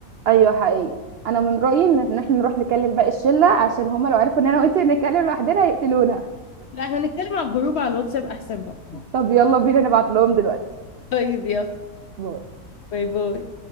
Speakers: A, on the right (about 80°); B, on the left (about 70°).
A: ايوه حقيقي انا من رايي ان إن احنا نروح نكلم باقي الشله عشان هما لو عرفوا ان انا وانت نتكلم لوحدنا هيقتلونا
B: لا احنا نتكلم على الجروب على الواتساب احسن بقى
A: طب يلا بينا نبعت لهم دلوقتي
B: طيب يلا
A: باي.
B: باي باي